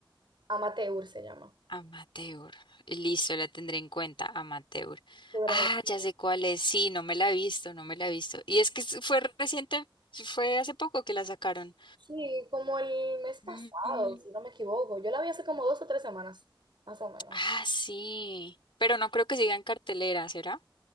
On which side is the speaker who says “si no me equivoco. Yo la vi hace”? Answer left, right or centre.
Right